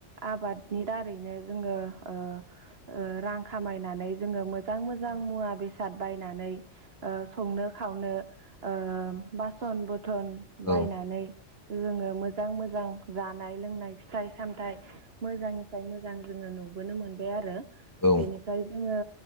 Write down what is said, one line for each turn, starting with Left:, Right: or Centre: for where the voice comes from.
Right: आबादनि
Left: औ
Right: दारैनो जोङो ओ ओ रां खामायनानै जोङो मो मोजां मोजां
Left: औ
Right: मुवा बेसे फसाद बायनानै ओ संनो खावनो ओ बासन बुथ बथन
Left: औ
Right: बायनानै जोङो मोजां मोजां जानाय लोंनाय फिथाइ सामथाइ मोजांनिफ्राय मोजां जोङो नुबोनो मोनबाय आरो
Left: औ
Right: बेनिफ्राय जोङो